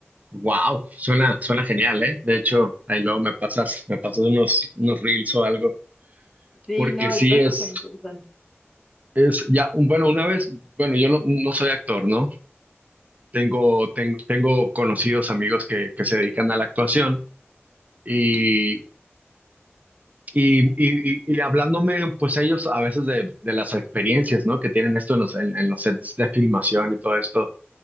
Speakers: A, on the right; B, in the centre.
A: wow, suena, suena genial, ¿eh? De hecho, ahí luego me pasas, me pasas unos, unos reels o algo,
B: Sí,
A: porque
B: no,
A: sí
B: está
A: es.
B: súper interesante.
A: Es ya, un- bueno, una vez, bueno, yo no, no soy actor, ¿no? Tengo, ten- tengo conocidos amigos que, que se dedican a la actuación y, y, y, y- y hablándome, pues ellos a veces de, de las experiencias, ¿no? Que tienen esto en los, en, en los sets de filmación y todo esto,